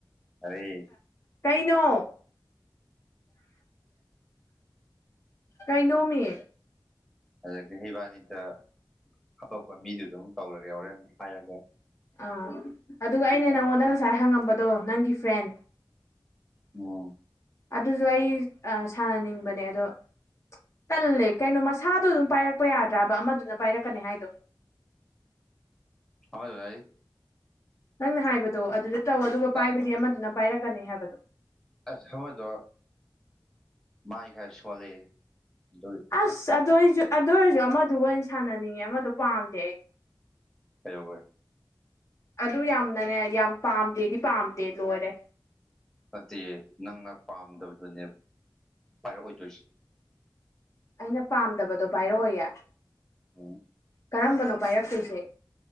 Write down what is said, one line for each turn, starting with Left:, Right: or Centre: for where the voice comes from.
Centre: ꯑꯩ
Left: ꯀꯩꯅꯣ ꯀꯩꯅꯣꯃꯤ
Centre: ꯑꯗꯒꯤ ꯍꯩꯕꯥꯅꯤꯗ ꯍꯥꯇꯛꯄ ꯃꯤꯗꯨ ꯑꯗꯨꯝ ꯇꯧꯔꯒꯦ ꯍꯣꯔꯦꯟꯅ ꯍꯥꯏꯔꯒ
Left: ꯑꯥ ꯑꯗꯨꯒ ꯑꯩꯅ ꯅꯪꯉꯣꯟꯗ ꯉꯁꯥꯏ ꯍꯪꯉꯝꯕꯗꯣ ꯅꯪꯒꯤ ꯐ꯭ꯔꯦꯟ
Centre: ꯑꯣ
Left: ꯑꯗꯨꯁꯨ ꯑꯩ ꯁꯥꯟꯅꯅꯤꯡꯕꯅꯦ ꯑꯗꯣ ꯀꯜꯂꯦ ꯀꯩꯅꯣ ꯃꯁꯥꯗꯣ ꯑꯗꯨꯝ ꯄꯥꯏꯔꯛꯄ ꯌꯥꯗ꯭ꯔꯥꯕ ꯑꯃꯗꯨꯅ ꯄꯥꯏꯔꯛꯀꯅꯤ ꯍꯥꯏꯗꯣ
Centre: ꯍ ꯑꯗꯨꯣꯏꯚꯥꯏ
Left: ꯅꯪꯅ ꯍꯥꯏꯕꯗꯣ ꯑꯗꯨꯗ ꯇꯧ ꯑꯗꯨꯒ ꯄꯥꯏꯕꯗꯤ
Centre: ꯅꯠ
Left: ꯑꯃꯗꯨꯅ ꯄꯥꯏꯔꯛꯀꯅꯤ ꯍꯥꯏꯕꯗꯣ
Centre: ꯑꯁ ꯊꯃꯣꯏꯗꯣ ꯃꯥꯏ ꯈꯔ ꯁꯣꯜꯂꯤ ꯑꯗꯨ
Left: ꯑꯁ ꯑꯗꯨ ꯑꯣꯏꯔꯁꯨ ꯑꯗꯨ ꯑꯣꯏꯔꯁꯨ ꯑꯃꯗꯨ ꯑꯣꯏꯅ ꯁꯥꯟꯅꯅꯤꯡꯉꯦ ꯑꯃꯗ ꯄꯥꯝꯗꯦ ꯑꯩ
Centre: ꯀꯩꯧꯦ
Left: ꯑꯗꯨ ꯌꯥꯝꯅꯅꯦ ꯌꯥꯝ ꯄꯥꯝꯗꯦꯗꯤ ꯄꯥꯝꯗꯦ ꯂꯣꯏꯔꯦ
Centre: ꯅꯠꯇꯦ ꯅꯪꯅ ꯄꯥꯝꯗꯕꯗꯨꯅꯦ ꯄꯥꯏꯔꯛꯑꯣꯏꯗꯣꯏꯁꯦ
Left: ꯑꯩꯅ ꯄꯥꯝꯗꯕꯗꯣ ꯄꯥꯏꯔꯛꯑꯣꯌꯦ
Centre: ꯎꯝ
Left: ꯀꯔꯝꯕꯅꯣ ꯄꯥꯏꯔꯛꯇꯣꯏꯁꯦ